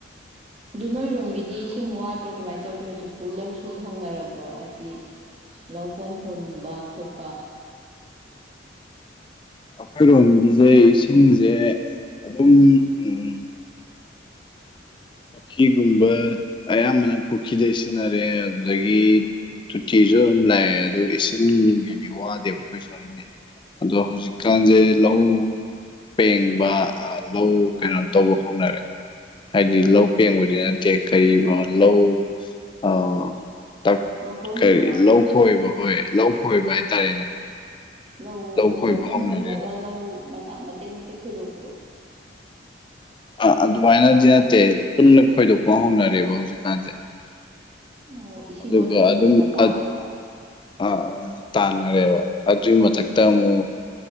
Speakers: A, on the right (about 30°); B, on the left (about 25°).
A: ꯑꯗꯨ ꯅꯣꯏꯔꯣꯝꯒꯤꯗꯤ ꯏꯁꯤꯡ ꯋꯥꯗ꯭ꯔꯣ ꯀꯃꯥꯏ ꯇꯧꯒꯦ ꯍꯧꯖꯤꯛꯄꯨ ꯂꯧ ꯁꯨꯕ ꯍꯧꯅꯔꯕ꯭ꯔꯣ ꯍꯥꯏꯗꯤ ꯂꯧ ꯍꯣꯟ ꯍꯨꯟꯕ ꯈꯣꯠꯄ
B: ꯑꯈꯣꯏꯔꯣꯝꯒꯤꯖꯦ ꯏꯁꯤꯡꯖꯦ ꯑꯗꯨꯝ ꯎꯝ ꯄꯨꯈ꯭ꯔꯤꯒꯨꯝꯕ ꯑꯌꯥꯝꯕꯅ ꯄꯨꯈ꯭ꯔꯤꯗ ꯁꯤꯖꯤꯟꯅꯔꯦ ꯑꯗꯨꯗꯒꯤ ꯇꯣꯇꯤꯁꯨ ꯑꯗꯨꯝ ꯂꯥꯛꯑꯦ ꯑꯗꯨ ꯏꯁꯤꯡꯒꯤꯗꯤ ꯋꯥꯗꯦꯕ ꯑꯩꯈꯣꯏ ꯁ꯭ꯋꯥꯏꯗ ꯑꯗꯣ ꯍꯧꯖꯤꯛꯀꯥꯟꯁꯦ
A: ꯎꯝ
B: ꯂꯧ ꯄꯦꯡꯕ ꯂꯧ ꯀꯩꯅꯣ ꯇꯧꯕ ꯍꯣꯠꯅꯔꯦ ꯍꯥꯏꯗꯤ ꯂꯧ ꯄꯦꯡꯕꯗꯤ ꯅꯠꯇꯦ ꯀ ꯂꯧ ꯑ
A: ꯂꯧꯍꯣꯟ
B: ꯀꯔꯤ
A: ꯍꯨꯟꯕ
B: ꯂꯧꯈꯣꯏꯕꯣ ꯍꯣꯏ ꯂꯧ ꯈꯣꯏꯕ ꯍꯥꯏꯇꯥꯔꯦꯅꯦ
A: ꯂꯧ
B: ꯈꯣꯏꯕ
A: ꯂꯧꯍꯣꯟ
B: ꯍꯧꯅꯔꯦꯕ
A: ꯍꯨꯟꯅꯅꯕ ꯂꯧ ꯃꯇꯦꯛ ꯃꯇꯦꯛ ꯈꯣꯏꯗꯣꯛꯄꯗꯣ
B: ꯑꯥ ꯑꯗꯨꯃꯥꯏꯅꯗꯤ ꯅꯠꯇꯦ ꯄꯨꯟꯅ ꯈꯣꯏꯗꯣꯛꯄ ꯍꯧꯅꯔꯦꯕ ꯍꯧꯖꯤꯛꯀꯥꯟꯁꯦ
A: ꯑꯣ ꯏꯁꯤꯡ
B: ꯑꯗꯨꯒ
A: ꯑꯗꯨꯗꯤ
B: ꯑꯗꯨꯝ
A: ꯐꯖꯅ ꯇꯥꯔꯕ꯭ꯔꯣ
B: ꯑꯗꯨ ꯑꯥ ꯇꯥꯟꯅꯔꯦꯕ ꯑꯗꯨꯏ ꯃꯊꯛꯇ ꯑꯃꯨꯛ